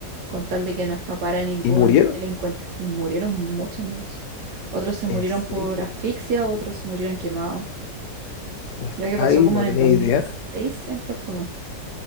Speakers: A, on the right (about 75°); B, on the left (about 70°).
A: con tal de que no escapara ningún
B: ¿Y murieron?
A: delincuente. Y murieron muchos niños. Otros se
B: ¿En
A: murieron
B: serio?
A: por asfixia, otros se murieron quemados. Sí,
B: Me está
A: Creo que pasó
B: ahí,
A: como
B: no
A: en el
B: tenía
A: 2006
B: idea.
A: en Puerto Montt.